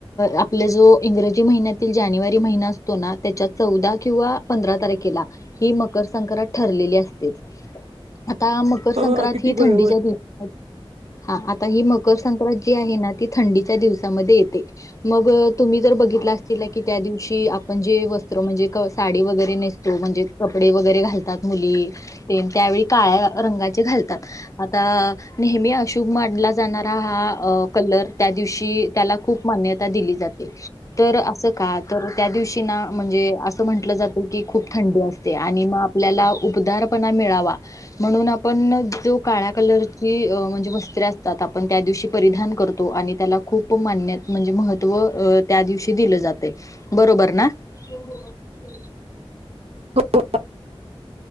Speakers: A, on the left; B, on the right.
A: आपल्या जो इंग्रजी महिन्यातील जानेवारी महिना असतो ना त्याच्या चौदा किंवा पंधरा तारखेला ही मकर संक्रांत ठरलेली असते. आता मकर
B: हो
A: संक्रांती
B: अगदी
A: ही थंडीच्या
B: बरोबर
A: दिवस हा आता ही म मकर संक्रांत जी आहे ना, ती थंडीच्या दिवसामध्ये येते मग तुम्ही जर बघितला असचीला की त्या दिवशी आपण जे वस्त्र म्हणजे साडी वगैरे नेसतो म्हणजे कपडे वगैरे घालतात मुली तेन त्यावेळी काळ्या रंगाचे घालतात आता नेहमी अशुभ मानला जाणारा हा कलर त्या दिवशी त्याला खूप मान्यता दिली जाते तर अस का? तर त्या दिवशी ना म्हणजे असं म्हंटलं जातं की खूप थंडी असते आणि मग आपल्याला उपदार पणा मिळावा म्हणून आपण जो काळा कलरची म्हणजे वस्त्रे असतात आपण त्या दिवशी परिधान करतो आणि त्याला खूप मान्य म्हणजे महत्त्व त्या दिवशी दिलं जातंय. बरोबर ना. हो हो अगदी बरोबर
B: हो